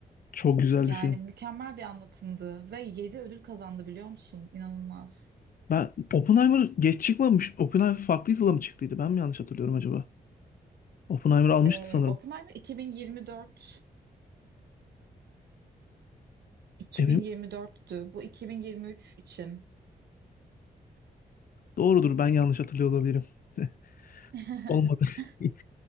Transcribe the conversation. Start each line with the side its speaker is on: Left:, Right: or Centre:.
Left: Çok güzel
Right: Yani
Left: bir film.
Right: mükemmel bir anlatımdı ve 7 ödül kazandı biliyor musun? İnanılmaz.
Left: Ben Oppenheimer geç çıkmamış. Oppenheimer farklı yılda mı çıktıydı? Ben mi yanlış hatırlıyorum acaba? Oppenheimer almıştı
Right: E,
Left: sanırım.
Right: Oppenheimer 2024 2024'tü.
Left: Emin mi?
Right: Bu 2023 için.
Left: Doğrudur ben yanlış hatırlıyor olabilirim. <laughs>
Right: <laughs>
Left: Olmadı. <laughs>